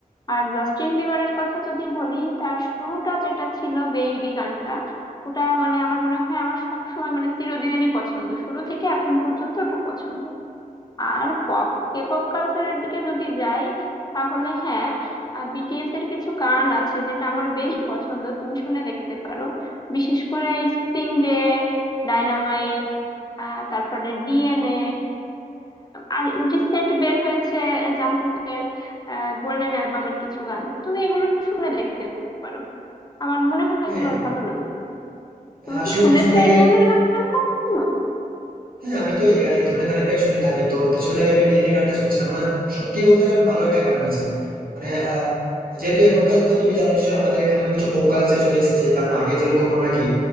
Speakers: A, on the left (about 30°); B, on the right (about 85°).
A: আর জাস্টিন বিবারের কথা যদি বলি তার শুরুটা যেটা ছিল বেবি গানটা ওটা মানে আমার মনে হয় আমার সব সময় মানে চিরদিনেরই পছন্দ শুরু থেকে এখন পর্যন্ত ওটা পছন্দ আর পপ কে পপ কালচারের দিকে যদি যাই তাহলে হ্যাঁ বিটিএস এর কিছু গান আছে যেটা আমার বেশ পছন্দ তুমি শুনে দেখতে পারো বিশেষ করে স্প্রিং ডে ডাইনামাইট তারপরে ডিএনএ আর রিসেন্ট বের হয়েছে জাংকুকের গোল্ডেন অ্যালবামের কিছু গান তুমি এগুলো শুনে দেখতে পারো আমার মনে হয়
B: হ্যাঁ
A: তোমার ভালো লাগবে তুমি
B: আসলে
A: কি শুনেছো
B: কিছুদিন আগে
A: এই ধরনের গান কখনো
B: হ্যাঁ, আমি তো এই গা- এই ধরনের গানই প্রায় শুনে থাকি। তো কিছুদিন আগে আমি ডিএনএ গানটা শুনছিলাম না সত্যি বলতে গেলে আমার ভালো একটা গান হয়েছে মানে আহ, যেহেতু এখনকার তো তুমি জানো নিশ্চয়ই আমাদের এখানেও কিছু পপ কালচার চলে এসেছে কারণ আগে যেরকম আমরা কি